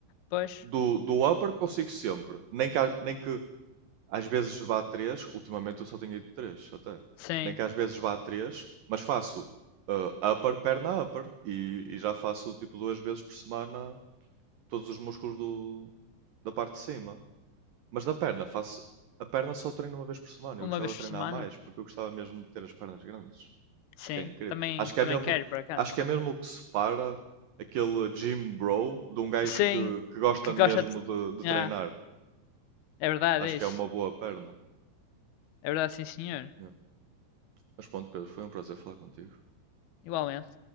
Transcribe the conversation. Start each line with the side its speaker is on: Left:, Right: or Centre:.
Left: Pois,
Right: do, do upper consigo sempre. Nem que, nem que às vezes vá a três ultimamente eu só tenho ido 3 até.
Left: sim,
Right: Nem que às vezes vá a três mas faço ah, upper, perna upper. E, e já faço tipo duas vezes por semana todos os músculos do, da parte de cima. Mas da perna, faço. A perna só treino uma vez por semana.
Left: uma
Right: Eu gostava
Left: vez
Right: de treinar
Left: por semana.
Right: mais, porque eu gostava mesmo de ter as pernas grandes.
Left: Sim,
Right: Acho que é incrível.
Left: também
Right: Acho que é
Left: também
Right: mesmo,
Left: quero por acaso.
Right: acho que é mesmo o que separa aquele gym bro de um gajo
Left: Sim,
Right: que, que gosta
Left: que
Right: mesmo
Left: gosta de...
Right: de, de treinar.
Left: Ah, é verdade
Right: Acho
Left: é
Right: que
Left: isso.
Right: é uma boa perna.
Left: É verdade, sim, senhor.
Right: Yeah. Mas pronto, Pedro, foi um prazer falar contigo.
Left: Igualmente.